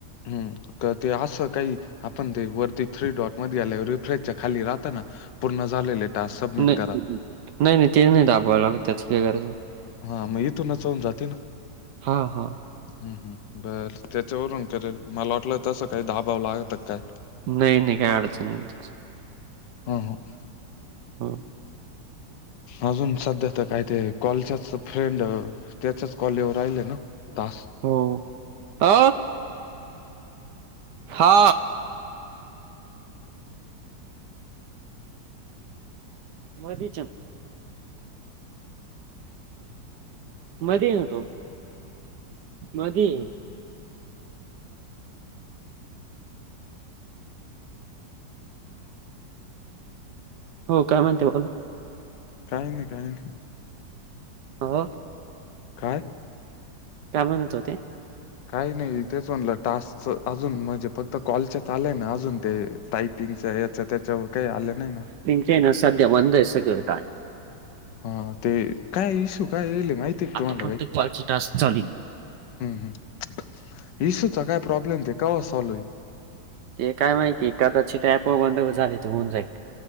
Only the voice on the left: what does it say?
हम्म तर ते असं काही आपण ते वरती थ्री डॉट मध्ये आल्यावर रिफ्रेजच्या खाली राहत ना पूर्ण झालेले टास्क सबमिट
करा.
हा मग इथूनच होऊन जाते ना
हम्म हम्म बर त्याच्यावरून करेल मला वाटलं तसं काही दबाव लागत की काय
हम्म हम्म
अजून सध्या तर काय ते कॉलचच फ्रेंड त्याच्याच कॉल येऊन राहिले ना तास
काय नाही काय नाही
काय
काही नाही तेच म्हणलं टास्कच अजून म्हणजे फक्त कॉलच आलय ना अजून ते टाईप पिगच हेच त्याच्यावर काही आल नाही ना
हा ते काय इशू काय यायलय माहिती
तुम्हाला
काही
हम्म -हम्म इश्यूचा काय प्रॉब्लेम ते कवा सॉल्व्ह होईल